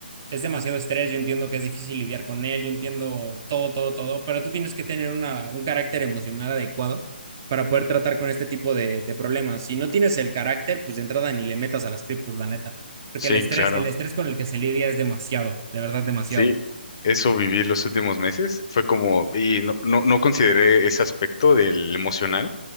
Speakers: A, on the right; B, on the left.
A: es demasiado estrés, yo entiendo que es difícil lidiar con él, yo entiendo todo, todo, todo, pero tú tienes que tener una, un carácter emocional adecuado para poder tratar con este tipo de, de problemas. Si no tienes el carácter, pues de entrada ni le metas a las criptos, la neta, porque
B: Sí,
A: el estrés,
B: claro.
A: el estrés con el que se lidia es demasiado, de verdad demasiado.
B: Sí, eso viví los últimos meses. Fue como, y no, no, no consideré ese aspecto del emocional,